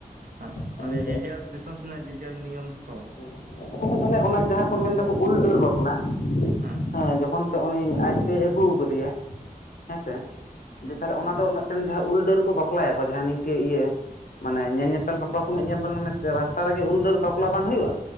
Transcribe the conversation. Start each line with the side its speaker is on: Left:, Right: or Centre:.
Right: ᱟᱨ
Left: ᱠᱚᱫᱚ
Right: ᱟᱨᱮ ᱡᱮᱡᱟᱨ ᱫᱤᱥᱚᱢ ᱥᱮᱱᱟᱜ ᱡᱮᱡᱟᱨ ᱱᱤᱭᱚᱢ᱾ ᱛᱚ
Left: <inaudible> ᱛᱟᱦᱚᱞᱮ ᱚᱱᱟ ᱡᱟᱦᱟᱸ ᱠᱚ ᱢᱮᱱᱫᱟᱠᱚ ᱩᱞ ᱰᱟᱹᱨ ᱵᱟᱯᱞᱟ
Right: ᱦᱮᱸ
Left: ᱦᱮᱸ ᱡᱚᱠᱷᱚᱱ ᱛᱚ ᱩᱱᱤ ᱟᱡᱛᱮᱭ ᱟᱹᱜᱩ ᱠᱟᱫᱮᱭᱟ ᱦᱮᱸᱥᱮ ᱾
Right: ᱦᱮᱸ
Left: ᱡᱮ ᱛᱟᱦᱚᱞᱮ ᱚᱱᱟ ᱫᱚ ᱡᱟᱦᱟᱸ ᱩᱞ ᱰᱟᱹᱨ ᱠᱚ ᱵᱟᱯᱞᱟᱭᱟᱠᱚ ᱡᱟᱦᱟᱸ ᱱᱤᱝᱠᱟᱹ ᱤᱭᱟᱹ ᱢᱟᱱᱮ ᱧᱮᱞ ᱧᱮᱯᱮᱞ ᱵᱟᱯᱞᱟ ᱥᱚᱢᱚᱭ ᱧᱮᱞ ᱵᱮᱱ ᱢᱟᱱᱮ ᱨᱟᱥᱛᱟ ᱨᱮᱜᱮ ᱩᱞ ᱰᱟᱹᱨ ᱵᱟᱯᱞᱟ ᱵᱟᱝ ᱦᱩᱭᱩᱜᱼᱟ